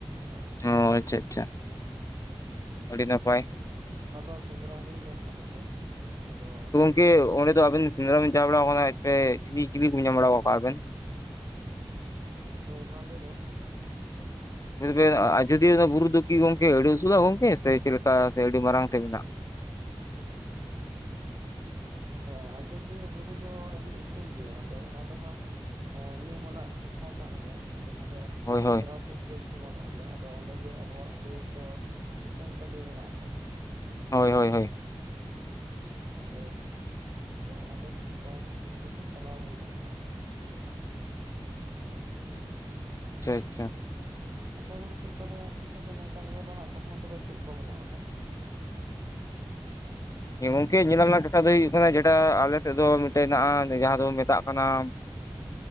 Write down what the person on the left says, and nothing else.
ᱚ ᱟᱪᱪᱷᱟ ᱟᱪᱪᱷᱟ᱾ ᱟᱹᱰᱤ ᱱᱟᱯᱟᱭ᱾
ᱜᱮ ᱚᱸᱰᱮ ᱫᱚ ᱟᱵᱤᱱ ᱥᱮᱸᱫᱽᱨᱟ ᱵᱤᱱ ᱪᱟᱣ ᱵᱟᱲᱟᱣ ᱠᱟᱱᱟ ᱮᱛᱮ ᱪᱤᱞᱤ ᱪᱤᱞᱤ ᱠᱚᱵᱤᱱ ᱧᱟᱢ ᱵᱟᱲᱟᱣ ᱟᱠᱟᱜᱼᱠᱚᱣᱟ ᱟᱵᱮᱱ?
ᱧᱮᱞᱵᱮᱱ ᱟᱡᱚᱫᱤᱭᱟᱹ ᱫᱚ ᱵᱩᱨᱩ ᱫᱚᱠᱤ ᱜᱚᱢᱠᱮ ᱟᱹᱰᱤ ᱩᱥᱩᱞᱟ ᱜᱚᱢᱠᱮ ᱥᱮ ᱪᱮᱫ ᱞᱮᱠᱟ ᱥᱮ ᱟᱹᱰᱤ ᱢᱟᱨᱟᱝ ᱛᱮ ᱢᱮᱱᱟᱜ?
ᱦᱳᱭ
ᱦᱳᱭ
ᱦᱳᱭ ᱦᱳᱭ ᱦᱳᱭ᱾
ᱟᱪᱪᱷᱟ ᱟᱪᱪᱷᱟ᱾
ᱦᱮᱸ ᱜᱚᱢᱠᱮ ᱧᱮᱞ ᱨᱮᱱᱟᱜ ᱴᱚᱴᱷᱟ ᱫᱚ ᱦᱳᱭᱳᱜ ᱠᱟᱱᱟ ᱡᱮᱴᱟ ᱟᱞᱮᱥᱮᱫ ᱫᱚ ᱢᱤᱫᱴᱮᱡ ᱦᱮᱱᱟᱜ ᱡᱟᱦᱟᱸ ᱫᱚ ᱢᱮᱛᱟᱜ ᱠᱟᱱᱟᱢ